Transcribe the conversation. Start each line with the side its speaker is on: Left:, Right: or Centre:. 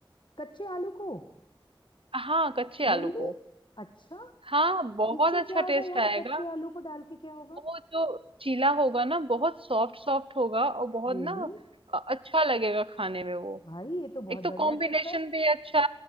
Left: कच्चे आलू को
Right: हाँ कच्चे
Left: रियली
Right: आलू को
Left: अच्छा
Right: हाँ बहुत
Left: इससे
Right: अच्छा
Left: क्या होगा
Right: टेस्ट
Left: यार
Right: आएगा
Left: कच्चे आलू को डाल के क्या होगा
Right: वो जो चीला होगा ना बहुत सॉफ्ट सॉफ्ट होगा और बहुत
Left: रियली
Right: ना अ- अच्छा लगेगा खाने में वो
Left: भाई ये तो बहुत
Right: एक तो
Left: बढ़िया
Right: कॉम्बिनेशन
Left: टिप है
Right: भी अच्छा